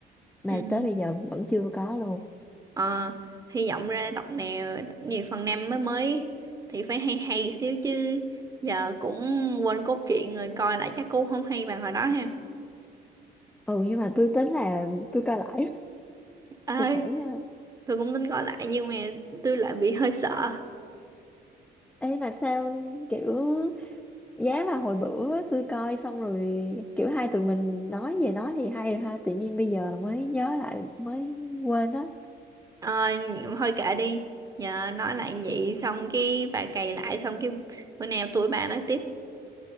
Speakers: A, in the centre; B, on the right.
A: mà
B: ừ.
A: tới bây giờ vẫn chưa có luôn.
B: ờ, hy vọng ra tập nào tập nhiều phần năm mới mới thì phải hay hay xíu chứ giờ cũng quên cốt truyện rồi coi lại chắc cũng không hay bằng hồi đó ha
A: Ừ nhưng mà tôi tính là tôi coi lại <laughs>
B: ơi
A: tôi phải ờ,
B: tôi cũng tính coi lại nhưng mà tôi lại bị hơi sợ
A: Ê mà sao kiểu giá mà hồi bữa tôi coi xong rồi kiểu hai tụi mình nói về nó thì hay rồi ha tự nhiên bây giờ mới nhớ lại mới quên đó.
B: Ờ, thôi kệ đi nhờ nói lại vậy xong cái bà cày lại xong cái bữa nào tụi bà nói tiếp